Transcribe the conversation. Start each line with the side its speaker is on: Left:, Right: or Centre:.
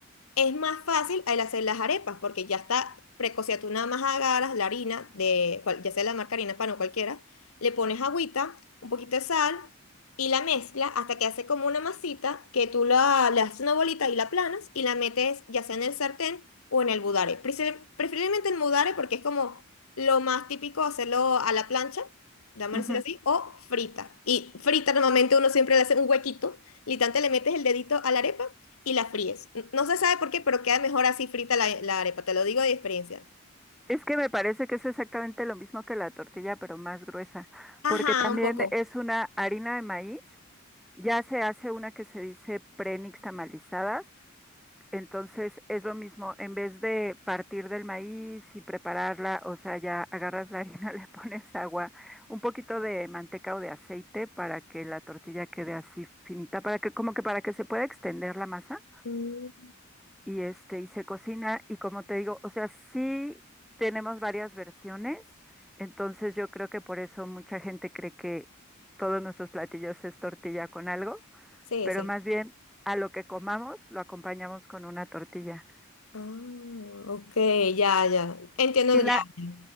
Left: Es más fácil el hacer las arepas porque ya está precocida. Tú nada más agarras la harina de, cual- ya sea la marca harina pan o cualquiera, le pones agüita, un poquito de sal y la mezcla hasta que hace como una masita que tú la, le haces una bolita y la planas y la metes ya sea en el sartén o en el budare. Prefer- Preferiblemente en budare porque es como lo más típico hacerlo a la plancha, vamos
Centre: ujú.
Left: a decirlo así, o frita. Y frita normalmente uno siempre le hace un huequito, literalmente le metes el dedito a la arepa y la fríes. N- No se sabe por qué, pero queda mejor así frita la, la arepa, te lo digo de experiencia.
Centre: Es que me parece que es exactamente lo mismo que la tortilla, pero más gruesa,
Left: Ajá,
Centre: porque también
Left: un poco.
Centre: es una harina de maíz, ya se hace una que se dice tamalizada, entonces es lo mismo, en vez de partir del maíz y prepararla, o sea, ya agarras la harina, <laughs> le pones agua, un poquito de manteca o de aceite para que la tortilla quede así finita, para que como que para que se pueda extender la masa.
Left: Mm,
Centre: y este, y se cocina, y como te digo, o sea, sí tenemos varias versiones, entonces yo creo que por eso mucha gente cree que todos nuestros platillos es tortilla con algo,
Left: Sí,
Centre: pero
Left: sí.
Centre: más bien a lo que comamos lo acompañamos con una tortilla.
Left: Ah, ok, ya, ya. Entiendo,
Centre: Y la,
Left: ya. ya.